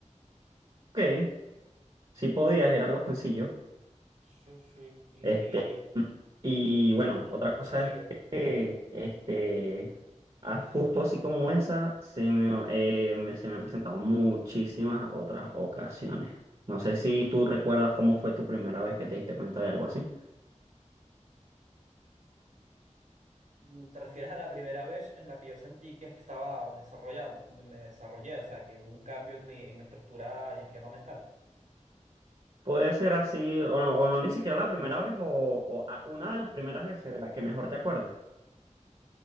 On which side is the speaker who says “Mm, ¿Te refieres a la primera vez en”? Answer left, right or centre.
Right